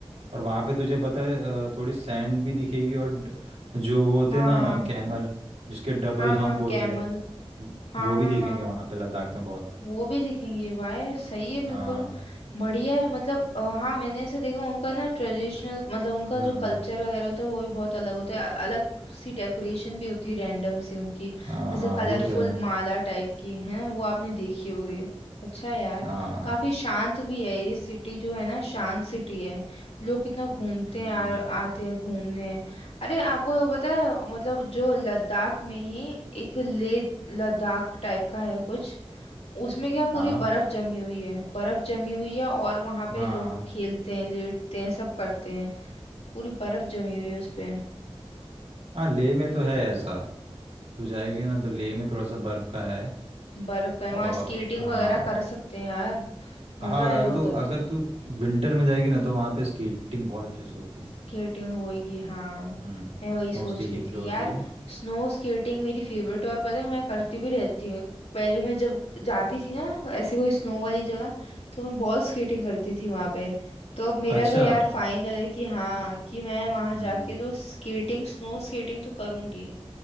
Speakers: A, on the right; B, on the left.
A: और वहाँ पे तुझे पता है अ, थोड़ी सैंड भी दिखेगी और ड- जो वो होते
B: हाँ
A: हैं ना कैमल जिसके डबल
B: हाँ
A: हम्प
B: हाँ
A: होते
B: कैमल
A: हैं वो
B: हाँ
A: वो भी
B: हाँ
A: दिखेंगे
B: हाँ
A: वहाँ पे लद्दाख में बहुत
B: वो भी दिखेंगे वाह यार सही है बिल्कुल
A: हाँ
B: बढ़िया है मतलब अ, हाँ मैंने ऐसे देखा उनका ना ट्रेडिशनल मतलब उनका
A: हम्म
B: जो कल्चर वगैरह होता है वो भी बहुत अलग होता है अ- अलग सी डेकोरेशन भी होती है रैंडम सी उनकी
A: हाँ
B: जैसे
A: हाँ
B: कलरफुल
A: वो तो है
B: माला टाइप की है ना वो आपने देखी होगी अच्छा है यार
A: हाँ
B: काफी शांत भी है ये सिटी जो है ना शांत सिटी है लोग कितना घूमते
A: हम्म
B: हैं यार आते हैं घूमने अरे आपको वो पता है मतलब जो लद्दाख में ही एक लेह लद्दाख टाइप का है कुछ उसमें क्या पूरी
A: हाँ
B: बर्फ जमी हुई है बर्फ जमी हुई है और वहां पे
A: हाँ
B: लोग खेलते हैं लेटते हैं सब करते हैं पूरी बर्फ जमी हुई है उसपे
A: हाँ लेह में तो है ऐसा तू जाएगी ना तो लेह में थोड़ा सा बर्फ़ का है
B: बर्फ का है
A: और
B: वहां स्केटिंग
A: हाँ
B: वगैरह कर सकते हैं यार मजा
A: हाँ अगर
B: आएगा
A: तू
B: उधर
A: अगर
B: तो
A: तू विंटर में जाएगी ना तो वहाँ पे स्केटिंग बहुत अच्छे से होती है
B: स्केटिंग होएगी हाँ
A: हम्म
B: मैं वही
A: स्नो
B: सोच
A: स्केटिंग
B: रही थी
A: जो
B: यार
A: होती है
B: स्नो स्केटिंग मेरी फेवरेट और पता है मैं करती भी रहती हूँ पहले मैं जब जाती थी ना ऐसे कोई स्नो वाली जगह तो मैं बहुत स्केटिंग करती थी वहां पे तो अब मेरा
A: अच्छा
B: तो यार फाइनल है कि हाँ कि मैं वहां
A: हम्म
B: जाके तो स्केटिंग स्नो स्केटिंग तो करूंगी